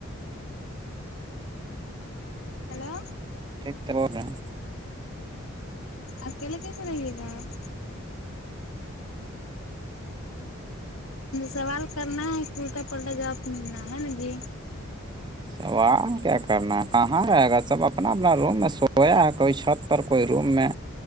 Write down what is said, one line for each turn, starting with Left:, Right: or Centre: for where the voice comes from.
Left: ہلو
Right: ٹھیک تو بول رہے ہیں
Left: اکیلا کیسے رہیے گا آپ سوال کرنا ہے کہ الٹا پلٹا جاب ملنا ہے نا جی
Right: سوال کیا کرنا ہے کہاں رہے گا سب اپنا اپنا روم میں سویا ہے کوئی چھت پر کوئی روم میں